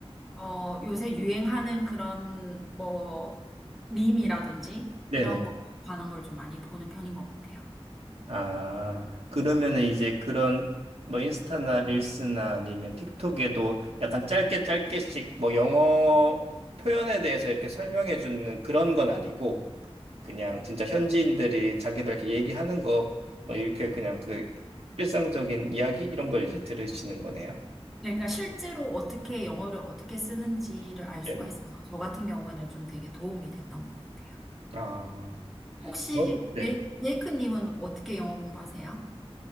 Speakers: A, in the centre; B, on the right (about 75°).
A: 어, 요새 유행하는 그런 뭐 밈이라든지
B: 네네.
A: 이런 거 관한 걸 좀 많이 보는 편인 것 같아요.
B: 아, 그러면은 이제 그런 뭐 인스타나 릴스나 아니면 틱톡에도 약간 짧게 짧게씩 뭐 영어 표현에 대해서 이렇게 설명해 주는 그런 건 아니고 그냥 진짜 현지인들이 자기들 이렇게 얘기하는 거 뭐 이렇게 그냥 그 일상적인 이야기 이런 걸 이제 들으시는 거네요.
A: 네, 그러니까 실제로 어떻게
B: 음.
A: 영어를 어떻게 쓰는지를 알
B: 네네.
A: 수가 있어서 저 같은 경우에는 좀 되게 도움이 됐던 것 같아요.
B: 아,
A: 혹시
B: 저? 네.
A: 제- 제이크님은 어떻게 영어 공부하세요?